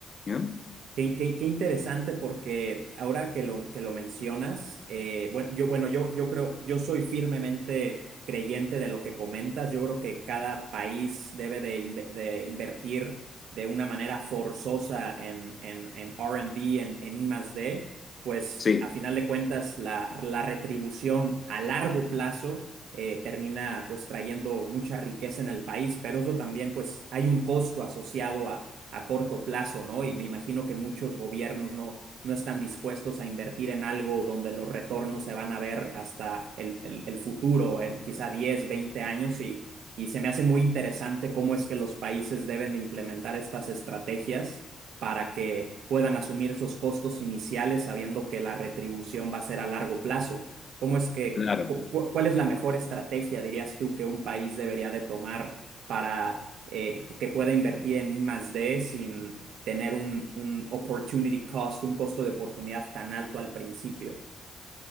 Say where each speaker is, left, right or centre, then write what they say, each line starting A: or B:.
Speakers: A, on the left; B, on the right.
A: ¿Bien?
B: Qué, qué- qué interesante porque ahora que lo, que lo mencionas, eh, bueno, yo, bueno, yo, yo creo, yo soy firmemente creyente de lo que comentas. Yo creo que cada país debe de, inve- de invertir de una manera forzosa en, en, en R and D en, en I más D pues
A: Sí,
B: a final de cuentas la, la retribución a largo plazo eh, termina pues trayendo mucha riqueza en el país, pero eso también pues hay un costo asociado a, a corto plazo, ¿no? Y me imagino que muchos gobiernos no, no están dispuestos a invertir en algo donde los retornos se van a ver hasta el, el, el futuro, en quizá 10, 20 años y... Y se me hace muy interesante cómo es que los países deben de implementar estas estrategias para que puedan asumir esos costos iniciales sabiendo que la retribución va a ser a largo plazo. ¿Cómo es que,
A: claro.
B: cu- cu- cuál es la mejor estrategia, dirías tú, que un país debería de tomar para eh, que pueda invertir en I más D sin tener un, un opportunity cost, un costo de oportunidad tan alto al principio?